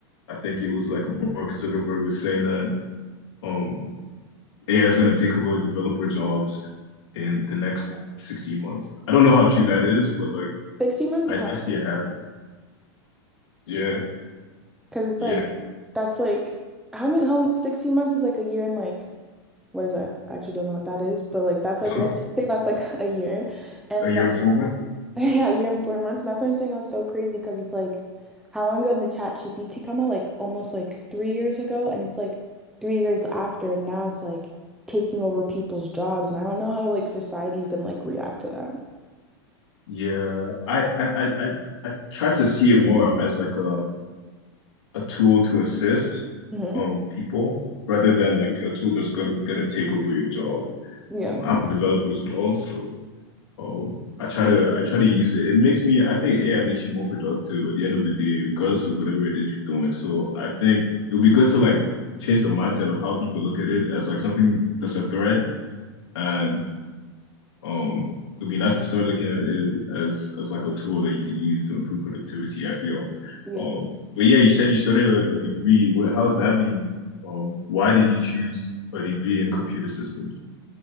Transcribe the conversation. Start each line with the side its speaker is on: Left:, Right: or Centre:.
Left: I think it was like Mark Zuckerberg was saying that um AI is going to take over developer jobs in the next 16 months. I don't know how true that is, but like
Centre: 16 months
Left: I,
Centre: is kind
Left: I see
Centre: of
Left: it happen. Yeah,
Centre: because it's
Left: yeah.
Centre: like that's like how many how 16 months is like a year and like. what is that? I actually don't know what that is, but like that's like
Left: <laughs>
Centre: let's say that's like <laughs> a year, and
Left: Are you
Centre: that's
Left: informed?
Centre: <laughs> yeah, a year and four months. And that's why I'm saying that's so crazy because it's like how long ago did ChatGPT come out? Like almost like three years ago, and it's like three years after, and now it's like taking over people's jobs, and I don't know how like society's gonna like react to that.
Left: Yeah, I, I I I I try to see it more as like a a tool to assist
Centre: hmm
Left: um people rather than like a tool that's gonna gonna take over your job.
Centre: Yeah,
Left: Um, I'm a developer as well, so um I try to I try to use it. It makes me I think AI makes you more productive at the end of the day, regardless of whatever it is you're doing. So I think it would be good to like change the mindset of how people look at it as like something that's a threat and um, it'd be nice to start looking at it as as like a tool that you can use to improve productivity, I feel.
Centre: yeah.
Left: Um, but yeah, you said you started a, a degree. What, how's that been? Um, why did you choose a degree in computer systems?